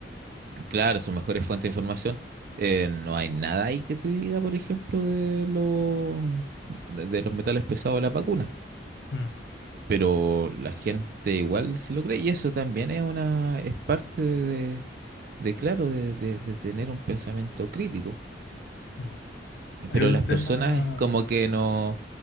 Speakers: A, on the right; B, on the left.
A: claro, son mejores fuentes de información. eh, no hay nada ahí que te diga, por ejemplo, de los de, de los metales pesados de las vacunas,
B: Mm,
A: pero la gente igual se lo cree y eso también es una es parte de, de- de, claro, de, de de tener un pensamiento crítico.
B: mm. Hay
A: pero
B: otro
A: las
B: tema.
A: personas es como que no,